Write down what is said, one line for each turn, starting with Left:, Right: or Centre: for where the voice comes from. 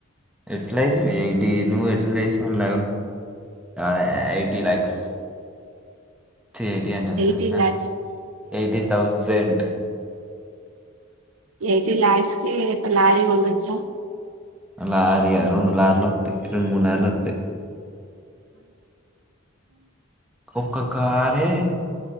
Centre: ఎట్లా అయితెంది. ఎయిటీ నువ్వు ఎట్లాసిన <unintelligible> ఎయిటీ లాక్స్ తీ ఎయిటీ అంటె నా
Right: ఎయిటీ lakhs
Centre: eighty thousand
Right: eighty lakhs కి ఒక లారీ కొనచ్చా
Centre: లారీ యా రెండు లారీలు వోత్తయి. రెండు మూడులార్లు వోత్తయి. ఒక్క కారే